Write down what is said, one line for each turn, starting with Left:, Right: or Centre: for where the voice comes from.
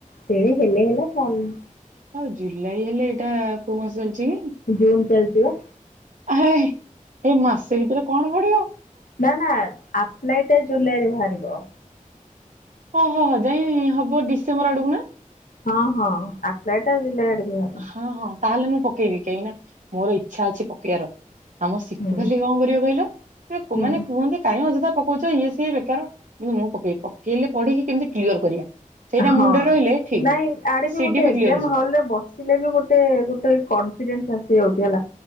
Left: ସେ ହେଲେ ହେଲା ନ ହେଲେ ନାଇ।
Right: ହଁ ଜୁଲାଇ ହେଲେ ଏଇଟା କୋଉ ମାସ ଚାଲିଛି କି?
Left: ଜୁନ୍ ଚାଲି ଚିବା।
Right: ଆରେ ଏଇ ମାସେ ଭିତରେ କଣ ପଡିବ?
Left: ନା ନା ଆପ୍ଲାଇ ଟା ଜୁଲାଇରେ ବାହାରିବ।
Right: ଓହୋ। ଯାଇଁ ହବ ଡିସେମ୍ବର ଆଡକୁ ନା?
Left: ହଁ ହଁ। ଆପ୍ଲାଇ ଟା ଜୁଲାଇ ଆଡକୁ ହବ।
Right: ହଁ ହଁ, ତାହେଲେ ମୁଁ ପକେଇବି। କାହିଁକିନା ମୋର ଇଚ୍ଛା ଅଛି ପକେଇବାର। ଆମ ଶିପୂ
Left: ହୁଁ
Right: ଖାଲି କଣ କରିବା କହିଲ, ସେ
Left: ହୁଁ
Right: ମାନେ କୁହନ୍ତି <unintelligible> କହୁଛ ଇଏ ସିଏ ବେକାର କିନ୍ତୁ, ମୁଁ ପକେଇି ପକେଇଲେ ପଢିକି କେମିତି କ୍ଲିୟର କରିବା। ସେଇଟା
Left: ହଁ
Right: ମୁଣ୍ଡରେ ରହିଲେ ଠିକ।
Left: ନାଇଁ ଆଡେ ବି
Right: ସିଡିପି
Left: ଗୋଟେ ଏକ୍ଜାମ
Right: କ୍ଲିୟର ହେଇଯିବ
Left: ହଲ୍ ରେ ବସ ବସିଲେବି ଗୋଟେ, ଗୋଟେ କନଫିଡେନ୍ସ ଆସି ଯାଉଛି ହେଲା।